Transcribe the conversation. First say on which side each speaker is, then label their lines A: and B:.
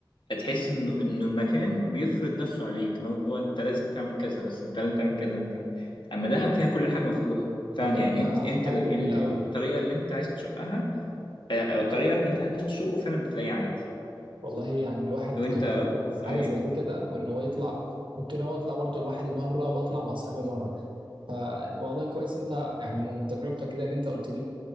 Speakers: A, on the left; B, on the right.
A: تحس انه انه المكان بيفرض نفسه عليك ان هو انت لازم تعمل كذا بس انت لازم تعمل كذا انت اما دهب فيها كل حاجه مفتوحه فعلا
B: والله
A: يعني
B: ده
A: انت انت
B: حاجه
A: ال
B: جميله
A: ال
B: قوي
A: الطريقه اللي انت عايز تشقها آه، او طريقك اللي انت عايز تشقه فعلا بتلاقيه عادي
B: والله يعني الواحد
A: وانت
B: كان نفسه في حاجه
A: ايوه
B: زي دي كده وان هو يطلع كنت ناوي اطلع برضو لوحدي مره واطلع مع اصحابي مره فوالله كويس انت يعني من تجربتك كده اللي انت قلت لي